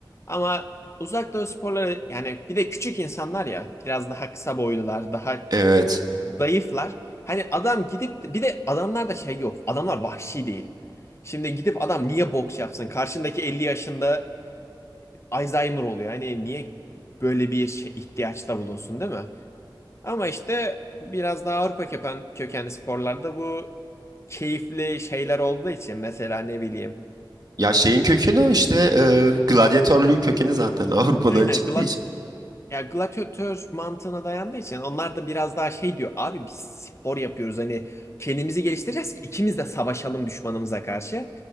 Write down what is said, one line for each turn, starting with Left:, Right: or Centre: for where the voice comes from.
Left: Ama uzak doğu sporları yani bir de küçük insanlar ya biraz daha kısa boylular daha
Right: Evet.
Left: zayıflar. Hani adam gidip de- bir de adamlar da şey yok. Adamlar vahşi değil. Şimdi gidip adam niye boks yapsın? Karşındaki 50 yaşında Alzheimer oluyor. Hani niye böyle bir şey, ihtiyaçta bulunsun değil mi? Ama işte biraz daha Avrupa köken, kökenli sporlarda bu keyifli şeyler olduğu için mesela ne bileyim.
Right: Ya şeyin kökeni o işte e, gladyatörlüğün kökeni zaten <laughs> Avrupa'dan
Left: Aynen
Right: çıktığı için.
Left: Ya gladyatör mantığına dayandığı için onlar da biraz daha şey diyor. Abi biz spor yapıyoruz hani kendimizi geliştireceğiz ki ikimiz de savaşalım düşmanımıza karşı.